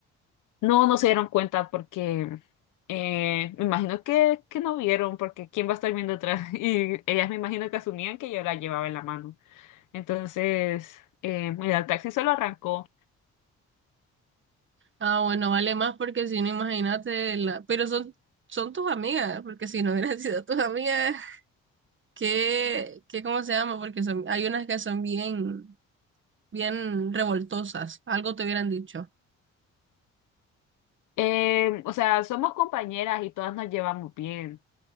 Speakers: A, on the left; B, on the right.
A: No, no se dieron cuenta porque eh, me imagino que, que no vieron, porque ¿quién va a estar viendo atrás? <laughs> Y ellas me imagino que asumían que yo la llevaba en la mano. Entonces, eh, mira, el taxi solo arrancó.
B: Ah, bueno, vale más porque si no, imagínate, la... pero son, son tus amigas, porque si no hubieran <laughs> sido tus amigas, ¿qué, qué, cómo se llama? Porque son, hay unas que son bien, bien revoltosas, algo te hubieran dicho.
A: Eh, o sea, somos compañeras y todas nos llevamos bien.